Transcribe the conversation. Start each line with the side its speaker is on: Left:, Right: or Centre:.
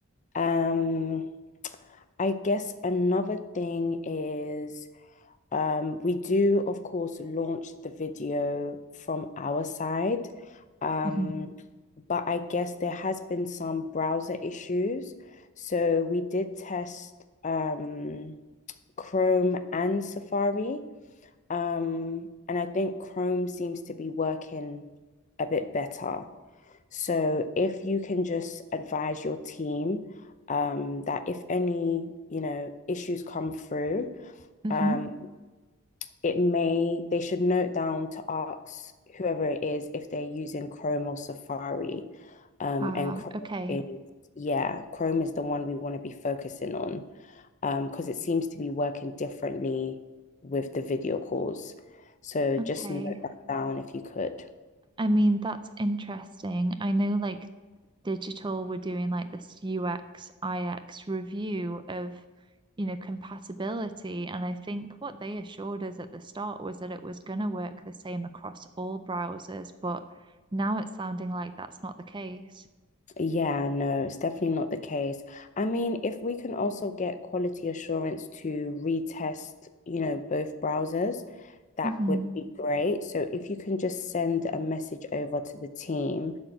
Left: Um, I guess another thing is um, we do, of course, launch the video from our side. Um,
Right: hmm
Left: but I guess there has been some browser issues. So we did test um, Chrome and Safari Um, and I think Chrome seems to be working a bit better. So if you can just advise your team um, that if any, you know, issues come through,
Right: hmm
Left: um, it may they should note down to ask whoever it is if they're using Chrome or Safari. Um,
Right: Ah,
Left: and Chrome
Right: okay.
Left: is, yeah, Chrome is the one we want to be focusing on um, because it seems to be working differently with the video calls. So
Right: Okay.
Left: just note that down if you could.
Right: I mean, that's interesting. I know like digital we're doing like this UX IX review of you know compatibility and I think what they assured us at the start was that it was going to work the same across all browsers but now it's sounding like that's not the case
Left: Yeah, no, it's definitely not the case. I mean, if we can also get quality assurance to retest, you know, both browsers, that
Right: hmm
Left: would be great. So if you can just send a message over to the team,